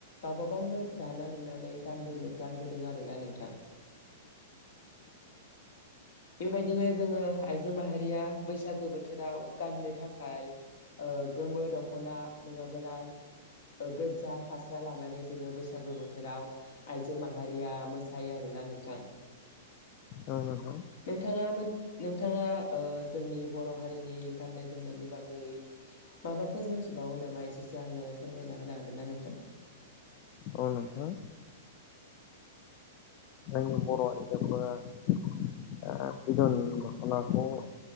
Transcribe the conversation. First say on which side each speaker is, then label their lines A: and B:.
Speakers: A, on the left; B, on the left.
A: गावबा गावनो दाना लु नानै गानबोनो गानबोदों आरोना नोंथां। बेबायदिनो जोङो आइजो माहारिया बैसागो बोथोराव गाननो थाखाय ओ गोमो दख'ना नङाबोला गोजा फास्रा लानानै जोङो बैसागु बोथोराव आइजो माहारिया मोसायो आरोना नोंथां।
B: <inaudible> औ नोंथां।
A: नोंथाङा नोंथाङा ओ जोंनि बर' हारिनि गाननाय जोमनायनि बागै माबाफोर मोनथिबावो नामा एसेसो आंनो फोरमायना होनो हागोन ना नोंथां?
B: औ नोंथां ओ जोंनि बर' आइजोफोरा ओ बिदन दख'नाखौ